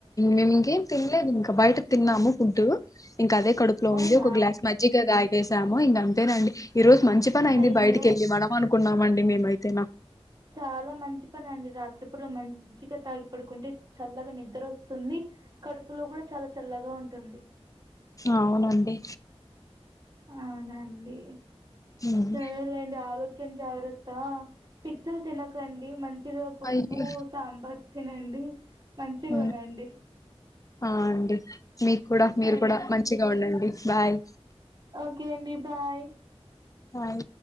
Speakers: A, on the left; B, on the right.
A: నేను ఇంకేం తినలేదు ఇంకా బయట తిన్నాము ఫుడ్ ఇంకా అదే కడుపులో
B: అవునా
A: ఉంది ఒక గ్లాస్ మజ్జగగా తగేసాము ఇంకా అంతేనండి ఈ రోజు మంచి పని అయింది
B: అయ్యో
A: బయటికి వెళ్ళి మనం అనుకున్నామండి మేమైతేనా
B: చాలా మంచి పని అండి రాత్రిపూట మంచిగా తాగి పడుకుంటే చల్లగా నిద ద్ర వస్తుంది కడుపులో కూడా చాలా చల్లగా ఉంటుంది
A: అవునండి
B: అవునండి
A: ఉమ్.
B: సరే లేండి ఆరోగ్యం కెం జాగ్రత్త పిచ్చలు తినకండి మంచిగా పప్పు
A: అయ్యో
B: సాంబార్ తినండి మంచిగా
A: ఉమ్.
B: ఉనండి
A: ఆ అండి మీకు కూడా
B: సరే
A: మీరు కూడా
B: అండి
A: మంచిగా ఉండండి బాయ్
B: ఓకే అండి బాయ్
A: బాయ్